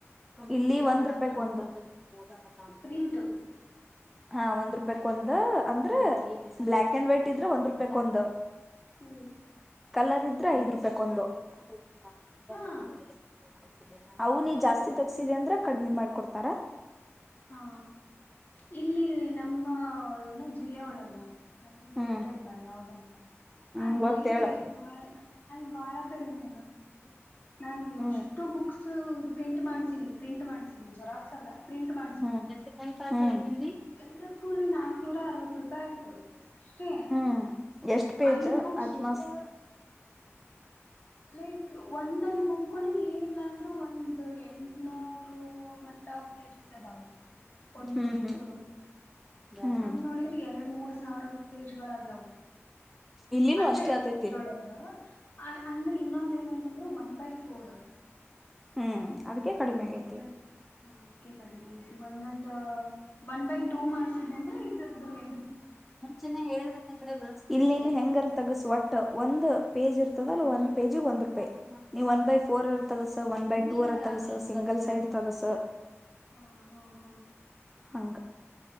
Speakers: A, in the centre; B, on the left.
A: ಇಲ್ಲಿ ಒಂದ್ ರೂಪಾಯಕ್ ಒಂದು. ಹೌದಾ ಬತ್ತಾಮ್
B: ಪ್ರಿಂಟು
A: ಹಾ ಒಂದ್ ರೂಪಾಯ್ಕ್ ಒಂದ್ ಅಂದ್ರೆ ಬ್ಲಾಕ್ ಅಂಡ್ ವೈಟ್ ಇದ್ರೆ ಒಂದ್ ರೂಪಾಯ್ಕ್ ಒಂದ.
B: ಹ್ಮ್
A: ಕಲರ್ ಇದ್ರೆ ಐದ್ ರೂಪೈಕ್ ಒಂದು. <unintelligible>
B: ಹಾ
A: ಅವು ನೀ
B: ಚಲೋ
A: ಜಾಸ್ತಿ
B: ಅಲ್ಲ
A: ತಕ್ಸಿದಿ ಅಂದ್ರ ಕಡಮಿ ಮಾಡ್ಕೊಡ್ತಾರ.
B: ಹಾ ಇಲ್ಲಿ ನಮ್ಮ ಏನ ಜಿಲ್ಲೆ ಒಳಗ. ನಮ್ ಜಿಲ್ಲೆ
A: ಹ್ಮ್
B: ಗೊತ್ತ ಇಲ್ಲ ಯಾವ್ದಂತ
A: ಹ್ಮ್
B: ಅಲ್ಲಿ
A: ಗೊತ್ತೇಳ
B: ಬಾ ಅಲ್ ಬಾಳ. ಕಡ್ಮೆ ಇವತ್ತು. ನನ್ ಯೊಷ್ಟ
A: ಹ್ಮ್
B: ಬುಕ್ಸು ಪ್ರಿಂಟ್ ಮಾಡ್ಸಿನಿ ಪ್ರಿಂಟ್ ಮಾಡ್ಸಿ ಜೆರಾಕ್ಸ್ ಅಲ್ಲ ಪ್ರಿಂಟ್ ಮ
A: ಹು <unintelligible> ಹು
B: ಎಲ್ಲ ಕೊಳಿ ನಾಕ್ನೂರ ಅರ್ವತ್ ರೂ ಪಾ ಆಯ್ತು. ಅಷ್ಟೇ
A: ಹ್ಮ್ ಎಷ್ಟ್ ಪೇಜ
B: ಐದ್ ಬುಕ್ಸು
A: ಅದ್ಮಸ್.
B: ಲೈಕ್ ಒಂದೊಂದ್ ಬುಕ್ಕನು ಏನಿಲ್ಲ ಅಂದ್ರು ಒಂದ್ ಎಂಟ್ ನೂರು ಮೊಟ್ಟ ಪೇಜು ಸದವು. ಒಂದೊಂದ್
A: ಹ್ಮ್
B: ಬುಕ್ಕನು
A: ಹ್ಮ್ ಹ್ಮ್
B: ಹಂಗ ನೋಡಿದ್ರ ಎರ್ಡ ಮೂರ್ ನೌರಗು. ಪೇಜ್ಗಳಾಗ್ಯವ್
A: ಇಲ್ಲಿನೂ
B: ಅಂದ್ರೆ
A: ಅಷ್ಟೇ ಆತೈತಿ
B: ಅದ್ರೊಳ್ಗ ಅ ಅನ್ರಿ. ಇನ್ನೊಂದ ಏನಂತಂದ್ರೆ ಒನ್ ಬೈ ಫೋರ್.
A: ಹ್ಮ್ ಅದಕ್ಕೆ. ಕಡಿಮೆ ಆಗೈತಿ.
B: ಒನ್ ಬೈ ಫೋರ್ ಹಾ ಅದಕ್ಕೆ. ಕಡಿಮೆ ಆಗತಿ ಒಂದೊಂದ್ ಒನ್ ಬೈ ಟೂ ಮಾಡ್ಸಿಡ್ನ ಅಂದ್ರೆ ಇದ್ರದ್ದ ಮ.
A: ಮುಂಚೆನೆ ಹೇಳಿದನೆ ಕಡೆ ಬಸ್ ಇಲ್ಲ ಇಲ್ಲ ಹೆಂಗರ್ ತಗಸ ಒಟ್ಟ ಒಂದ್ ಪೇಜ್ ಇರ್ತದ ಅಲ್ ಒಂದ್ ಪೇಜಿಗ್ ಒಂದ್ ರೂಪಾಯಿ. ನೀ ಒನ್ ಬೈ ಫೋರ್ ರ ತೇಗಸ ಒನ್ ಬೈ ಟೂ ಅರ ತಗಸ ಸಿಂಗಲ್ ಸೈಡ್ ತಗಸ.
B: ಹಾ ಹಾ ಹಾ
A: ಹಂಗ.